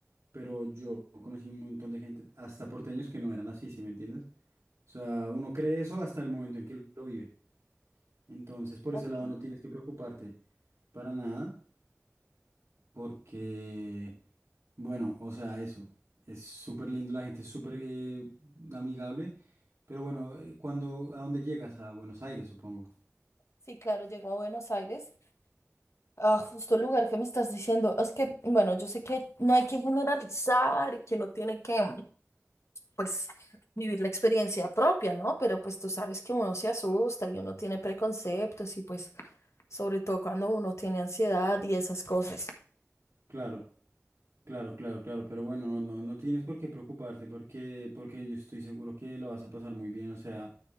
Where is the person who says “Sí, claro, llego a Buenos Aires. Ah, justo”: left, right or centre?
Left